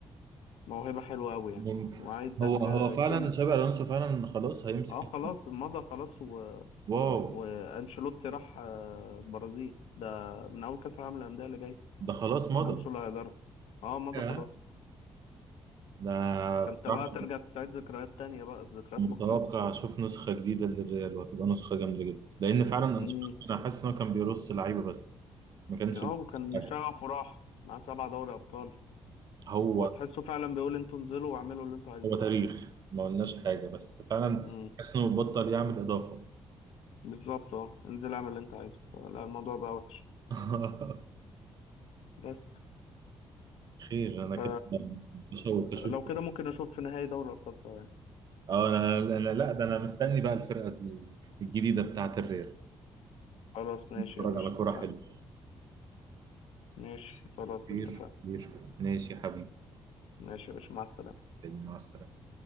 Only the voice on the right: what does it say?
ممكن
هو هو
فعلا
شابي الونسو فعلا خلاص هيمسك
ال-
واو
ده خلاص مضى
آه.
ده
بصراحه
متوقع
اشوف نسخه جديده للريال وهتبقى نسخه جامده جدا لان فعلا انشيلوتي
انا حاسس ان هو كان بيرص لعيبه بس ما كانش
بيعمل
حاجه
هو
هو تاريخ ما قلناش حاجه بس فعلا
حاسس انه بطل يعمل اضافه
<laughs>
خير انا كده
مشوق اشوف
اه انا انا لا ده انا مستني بقى الفرقه الجديده بتاعه الريال
نتفرج
على كورة
حلوة
بس.
كتير
كتير ماشي يا حبيبي
مع السلامة